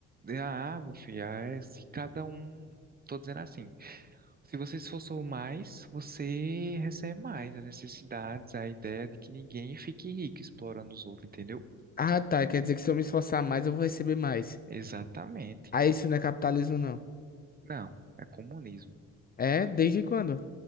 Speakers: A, on the right (about 30°); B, on the left (about 30°).
A: ah, meu filho, ah, é, se cada um, tô dizendo assim, se você se esforçou mais, você recebe mais. As necessidades, a ideia de que ninguém fique rico explorando os outros, entendeu?
B: Ah, tá. Quer dizer que se eu me esforçar mais, eu vou receber mais.
A: Exatamente.
B: Ah, isso não é capitalismo, não.
A: Não, é comunismo.
B: É? Desde quando?